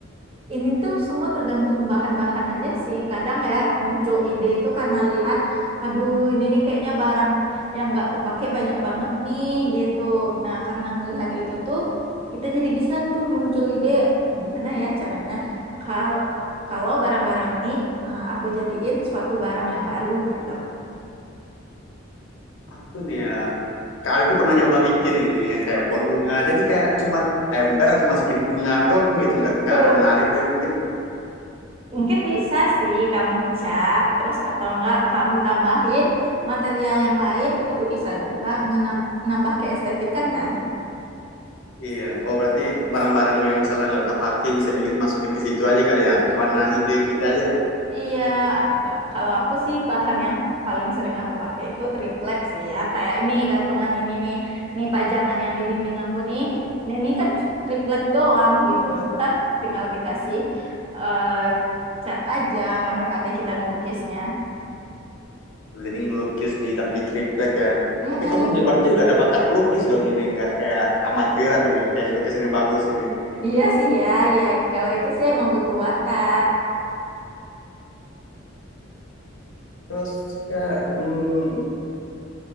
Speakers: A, on the right; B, on the left.
A: Ini tuh semua tergantung bahan-bahan aja sih. Kadang ya muncul ide itu karena lihat, aduh ini nih kayaknya barang yang nggak kepake banyak banget nih gitu. Nah karena ngelihat itu tuh kita jadi bisa tuh muncul ide "Oh, gimana ya caranya kalau kalau barang-barang ini eh, aku jadiin suatu barang yang baru gitu.
B: Aku nih ya, kayak aku pernah nyoba bikin ini yang kayak pot bunga. Jadi kayak cuman ember aku masukin bunga doang gitu, nggak nggak
A: Aduh,
B: ada menariknya mungkin.
A: mungkin bisa sih kamu cat terus atau enggak kamu tambahin material yang lain itu tuh bisa juga ngenam- nambah keestetikan kan.
B: Iya, oh berarti barang-barang yang misalnya nggak kepake bisa dimasukin ke situ aja kali ya. Gimana ide kita aja?
A: Iya, ta- kalau aku sih bahan yang paling sering aku pakai itu triplek sih ya. Kayak ini gantungan ini nih, ini pajangan yang di dinding aku nih. Ini, ini kan triplek doang gitu.
B: Iya.
A: Ntar tinggal dikasih eh, cat aja, pandai-pandai kita ngelukisnya.
B: Jadi ngelukis di di triplek ya.
A: Mm-mm.
B: Tapi kamu juga- berarti juga ada bakat ngelukis dong ini, nggak kayak amatiran ini, kayak lukisan yang bagus ini.
A: Iya sih ya, ya itu- kalau itu sih emang butuh bakat.
B: Terus ya, hmm,